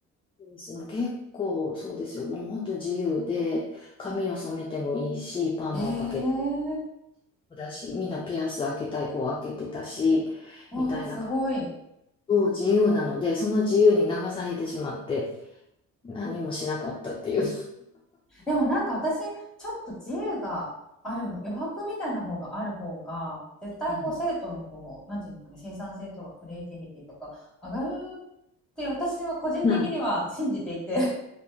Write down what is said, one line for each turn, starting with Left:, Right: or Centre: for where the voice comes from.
Left: そうですね結構そうですよ。もう本当自由で、髪を染めてもいいし、パーマをかけて
Centre: <laughs> えー、
Left: もだし、みんなピアス開けたい子は開けてたし、
Centre: わー、
Left: みたいな
Centre: すごい。
Left: そう自由なので、その自由に流されてしまって、何もしなかったっていう。
Centre: でもなんか私、ちょっと自由がある、余白みたいな方がある方が、絶対こう生徒のこう、
Left: うん。
Centre: なんていうのかね、生産性とかクリエイティビティとか上がるって私は個人的には信じていて。
Left: うん